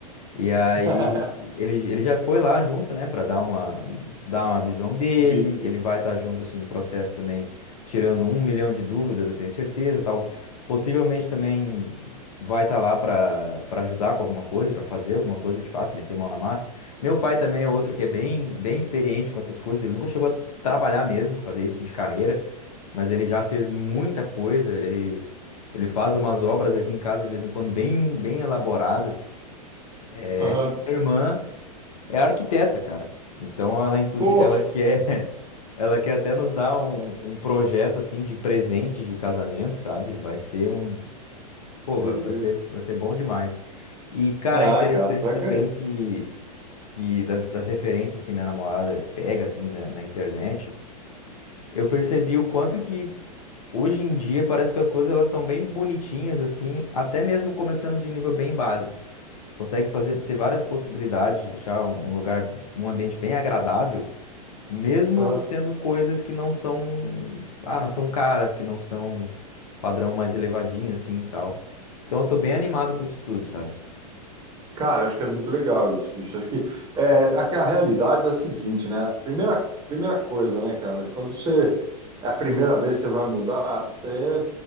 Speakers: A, on the left; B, on the right.
A: E aí
B: <laughs>
A: ele, ele já foi lá junto, né, para dar uma dar uma visão dele.
B: Bicho.
A: Ele vai estar junto assim no processo também, tirando um milhão de dúvidas, eu tenho certeza, tal. Possivelmente também vai estar lá para para ajudar com alguma coisa, para fazer alguma coisa de fato, meter mão na massa. Meu pai também é outro que é bem bem experiente com essas coisas. Ele nunca chegou a trabalhar mesmo, fazer isso de carreira, mas ele já fez muita coisa. Ele ele faz umas obras aqui em casa de vez em quando bem bem elaboradas. É,
B: Aham.
A: e minha irmã é arquiteta, cara. Então ela inclusive
B: Pô!
A: ela quer <laughs> ela quer até nos dar um, um projeto assim de presente de casamento, sabe? Vai ser um, pô,
B: Deus,
A: vai vai
B: viu?
A: ser vai ser bom demais. E cara,
B: Ah,
A: é interessante
B: cara, vai
A: também
B: ganhar.
A: que que das, das referências que minha namorada pega assim da- na internet, eu percebi o quanto que hoje em dia parece que as coisas elas estão bem bonitinhas assim, até mesmo começando de nível bem básico consegue fazer ter várias possibilidades de deixar um um lugar, um ambiente bem agradável, mesmo
B: Aham.
A: sendo coisas que não são, ah, não são caras, que não são padrão mais elevadinho assim e tal. Então eu tô bem animado com isso tudo, sabe?
B: Cara, eu acho que é muito legal isso, bicho. Acho que é, a, a realidade é a seguinte, né? Primeira, primeira coisa, né, cara? Quando você é a primeira vez que você vai mudar, você